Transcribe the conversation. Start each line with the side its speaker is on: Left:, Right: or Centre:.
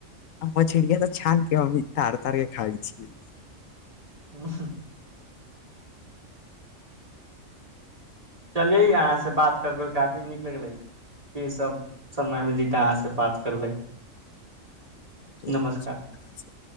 Left: हम छिड़किया तऽ छानके हमी तड़ता के खाइ छिय
Right: ह। चलिये यहाँसँ बात करबे काफी नीक लगलै कि सभ समय मिली तऽ अहाँसँ बात करबै।
Left: ठीक
Right: नमस्कार
Left: छै अहाँकेँ।